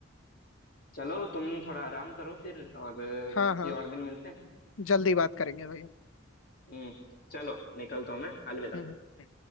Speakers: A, on the left; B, on the left.
A: चलो तुम थोड़ा आराम करो फिर और अ,
B: हाँ
A: किसी
B: हाँ
A: और दिन मिलते हैं
B: जल्दी बात करेंगे भाई अब
A: हम्म चलो निकलता हूँ मैं अलविदा
B: हम्म हम्म।